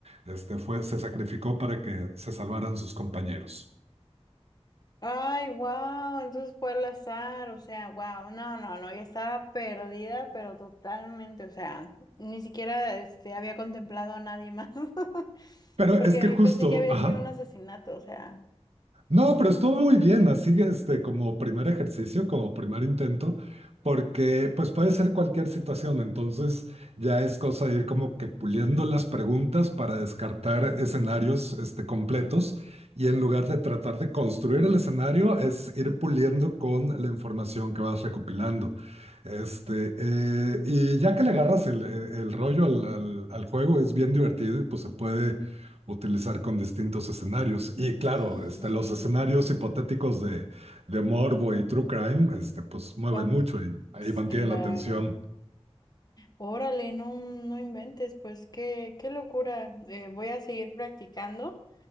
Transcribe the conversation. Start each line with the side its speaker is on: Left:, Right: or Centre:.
Right: Este fue, se sacrificó para que se salvaran sus compañeros.
Left: ay, wow, entonces fue al azar, o sea, wow, no, no, no, ya estaba perdida, pero totalmente, o sea, ni siquiera este, había contemplado a nadie más, <laughs>
Right: Pero
Left: porque
Right: es que justo,
Left: yo pensé que había
Right: ajá.
Left: sido un asesinato, o sea,
Right: No, pero estuvo muy bien, así que, este, como primer ejercicio, como primer intento, porque pues puede ser cualquier situación, entonces ya es cosa de ir como que puliendo las preguntas para descartar escenarios este, completos y en lugar de tratar de construir el escenario es ir puliendo con la información que vas recopilando. Este, eh, y ya que le agarras el, el- el rollo al, al al juego es bien divertido y pues se puede utilizar con distintos escenarios. Y claro,
Left: sí.
Right: este, los escenarios hipotéticos de, de morbo y true crime, este, pues mueven
Left: Ok,
Right: mucho y ahí
Left: s-
Right: mantienen
Left: claro.
Right: la atención.
Left: Órale, no, no inventes, pues qué, qué locura. Eh, voy a seguir practicando